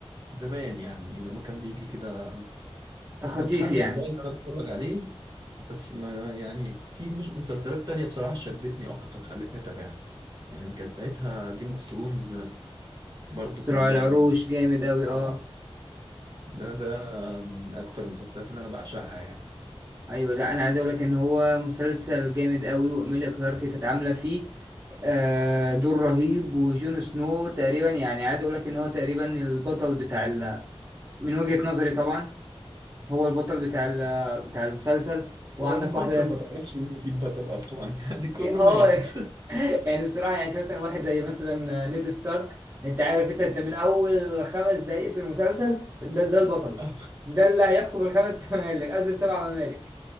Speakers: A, on the right (about 45°); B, on the right (about 30°).
A: زمان يعني لما كان بيجي كده
B: تخطيف
A: وكنت حابب
B: يعني
A: والله ان انا اتفرج عليه بس ما يعني في مش مسلسلات تانية بصراحة شدتني اكتر خلتني اتابعها يعني كان ساعتها جيم اوف ثرونز برضو
B: صراع
A: كان
B: العروش جامد قوي
A: اه
B: اه
A: ده ده من اكتر المسلسلات اللي انا بعشقها يعني
B: ايوه لا انا عايز اقول لك ان هو مسلسل جامد قوي واميليا كلارك كانت عامله فيه آه دور رهيب وجون سنو تقريبا يعني عايز اقول لك ان هو تقريبا البطل بتاع ال... من وجهة نظري طبعا هو البطل بتاع ال... بتاع المسلسل وعندك
A: هو المسلسل
B: واحده
A: ما تعرفش مين فيه البطل اصلا <laughs> يعني كله
B: اه
A: مات
B: <laughs> <laughs> يعني بصراحة يعني انت مثلا واحد زي مثلا نيد ستارك انت عارف انت انت من اول خمس دقايق في المسلسل ده ده البطل
A: <laughs>
B: ده اللي هيحكم الخمس <laughs> ممالك قصدي السبع ممالك